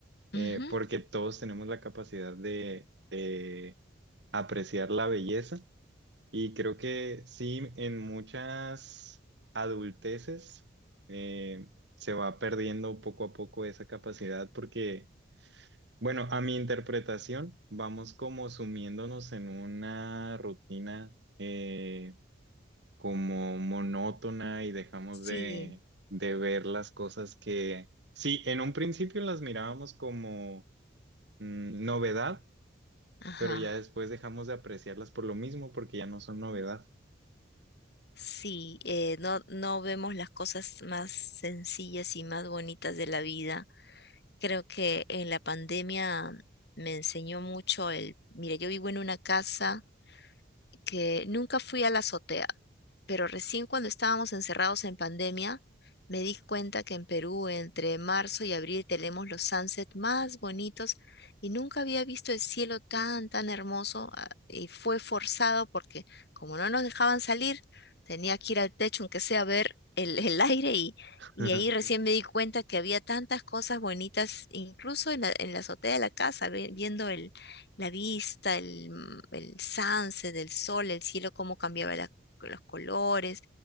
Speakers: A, on the right; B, on the left.
A: Eh,
B: Ujú.
A: porque todos tenemos la capacidad de, de apreciar la belleza y creo que sí, en muchas adulteces eh, se va perdiendo poco a poco esa capacidad porque bueno, a mi interpretación, vamos como sumiéndonos en una rutina eh, como monótona y dejamos
B: Sí,
A: de, de ver las cosas que, sí, en un principio las mirábamos como mm, novedad,
B: ajá.
A: pero ya después dejamos de apreciarlas por lo mismo porque ya no son novedad.
B: Sí, eh, no, no vemos las cosas más sencillas y más bonitas de la vida. Creo que en la pandemia me enseñó mucho el, mira, yo vivo en una casa. que nunca fui a la azotea, pero recién cuando estábamos encerrados en pandemia, me di cuenta que en Perú entre marzo y abril tenemos los sunsets más bonitos y nunca había visto el cielo tan, tan hermoso ah, y fue forzado porque como no nos dejaban salir, tenía que ir al techo, aunque sea a ver el, el aire y,
A: <laughs>
B: y ahí recién me di cuenta que había tantas cosas bonitas, incluso en la, en la azotea de la casa, ve- viendo el la vista, el, m- el sunset del sol, el cielo, cómo cambiaba la- los colores.